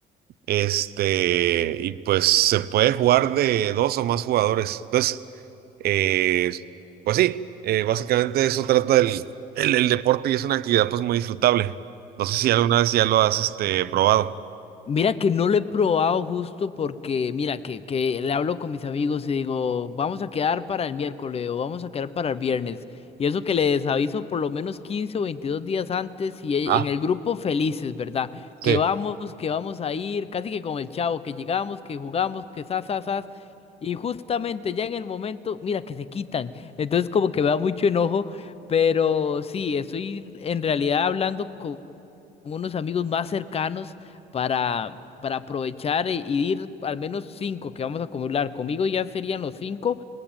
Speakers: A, on the right (about 65°); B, on the left (about 35°).
A: Este, y pues se puede jugar de dos o más jugadores. Entonces, eh, pues sí, eh, básicamente eso trata el, el, el deporte y es una actividad pues muy disfrutable. No sé si alguna vez ya lo has este, probado.
B: Mira que no lo he probado justo porque, mira, que, que le hablo con mis amigos y digo, vamos a quedar para el miércoles o vamos a quedar para el viernes. Y eso que les aviso por lo menos 15 o 22 días antes y e-
A: Ah,
B: en el grupo felices, ¿verdad?
A: sí.
B: Que vamos, que vamos a ir, casi que con el chavo, que llegamos, que jugamos, que sas, sas, sas. Y justamente ya en el momento, mira, que se quitan. Entonces como que me da mucho enojo, pero sí, estoy en realidad hablando con con unos amigos más cercanos para, para aprovechar e- y ir al menos cinco que vamos a acumular. Conmigo ya serían los cinco.